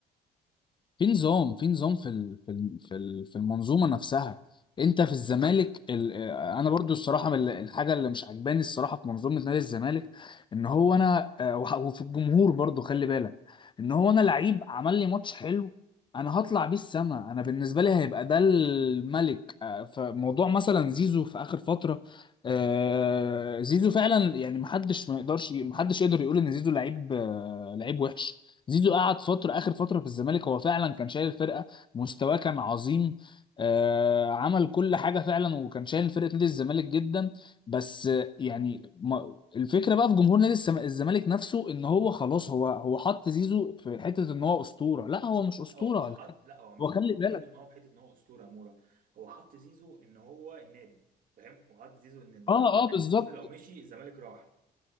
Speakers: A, on the left (about 30°); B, on the right (about 55°).
A: في نظام في نظام في ال- في ال- في ال- في المنظومه نفسها انت في الزمالك ال- آه، انا برضو الصراحه من ال- الحاجه اللي مش عجباني الصراحه في منظومه نادي الزمالك ان هو انا آه، وح- وفي الجمهور برضو خلي بالك ان هو انا لعيب عمل لي ماتش حلو انا هطلع بيه السما انا بالنسبه لي هيبقى ده الملك آه، فموضوع مثلا زيزو في اخر فتره آه، زيزو فعلا يعني محدش ما يقدرش محدش يقدر يقول ان زيزو لعيب آه، لعيب وحش زيزو قعد فترة آخر فترة في الزمالك هو فعلا كان شايل الفرقة مستواه كان عظيم آه عمل كل حاجة فعلا وكان شايل فرقة نادي الزمالك جدا بس آه، يعني ما الفكرة بقى في جمهور نادي السم- الزمالك نفسه إن هو خلاص هو هو حط زيزو في حتة إن هو أسطورة لا هو مش أسطورة
B: هو مش
A: ولا
B: حط
A: حاجة
B: لا هو مش
A: هو خلي
B: حط
A: بالك
B: زيزو ان هو في حته ان هو اسطوره مورا هو حط زيزو ان هو النادي فاهم وحط زيزو ان ال-
A: اه اه بالظبط
B: زيزو لو مشي الزمالك راح